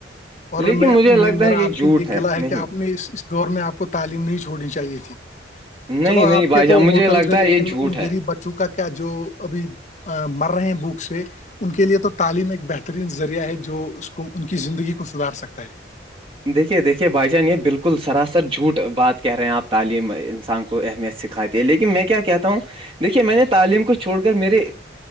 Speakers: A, on the left; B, on the right.
A: اور
B: لیکن
A: میں
B: مجھے لگتا
A: میرا
B: ہے
A: آ آ
B: جھوٹ
A: سے یہ گلا ہے
B: نہیں
A: کہ آپ نے اس اس دور میں آپ کو تعلیم نہیں چھوڑنی چاہیے تھی
B: نہیں
A: چلو آپ
B: نہیں بھائی
A: کے
B: جان
A: تو
B: مجھے
A: ہوٹل
B: لگتا
A: سے
B: ہے
A: لیکن
B: یہ جھوٹ
A: ان
B: ہے
A: غریب بچوں کا کیا جو ابھی مر رہے ہیں بھوک سے ان کے لئے تو تعلیم ایک بہترین ذریعہ ہے جو اس کو ان کی زندگی کو سدار سکتا ہے
B: دیکھیے دیکھیے بھائی جان یہ بالکل سراسر جھوٹ بات کہہ رہے ہیں آپ تعلیم انسان کو اہمیت سے کھاتی ہیں لیکن میں کیا کہتا ہوں دیکھیے میں نے تعلیم کو چھوڑ کر میرے